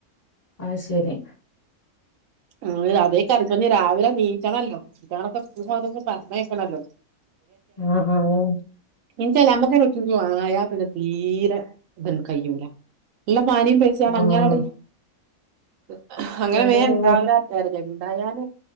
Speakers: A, on the left; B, on the right.
A: ആഹ ശരി
B: അഇ അതേ കറിഞ്ഞഞ്ഞ് രാവിലെ നീറ്റണല്ലോ നീട്ടണൊക്കെ സ്‌കൂൾക്ക്മസേക്ക് പറഞ്ഞെക്കണല്ലോ
A: ആഹ ആഹ ഓ
B: എചാല അക്ക ഒറ്റ ആയാ പിന്നെ തീരെ ഇതന്നും കഴൂല അല്ല മാനം പൈസാണ്
A: ആഹ്
B: അങ്ങനെ അട ഹ അങ്ങനെ
A: പോകാനുള്ള
B: വേൻ വറല എന്തായാല